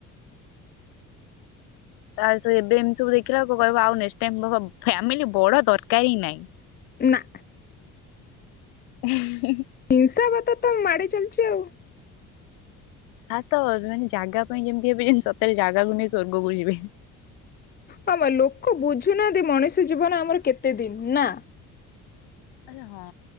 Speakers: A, on the left (about 80°); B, on the left (about 25°).
A: ତା ସେ ଏବେ ଏମିତି ସବୁ ଦେଖିଲା ବେଳକୁ କହିବ ଆଉ ନେକ୍ସଟ୍ ଟାଇମ୍ ଫ୍ୟାମିଲୀ ବଡ ଦରକାର ହିଁ ନାଇଁ।
B: ନା।
A: ହ <unintelligible>
B: ହିଂସା ବାତ ତ ମାଡ଼ି ଚାଲିଛି ଆଉ।
A: ଆ ତ ମାନେ ଜାଗା ପାଇଁ ଯେମିତି ଏବେ ଜିନିସ ସତରେ ଜାଗାକୁ ନେଇ ସ୍ଵର୍ଗ କୁ ଯିବେ।
B: ହ ବା ଲୋକ ବୁଝୁନାହାନ୍ତି ମଣିଷ ଜୀବନ ଆମର କେତେ ଦିନ ନା?
A: ଆରେ ହଁ।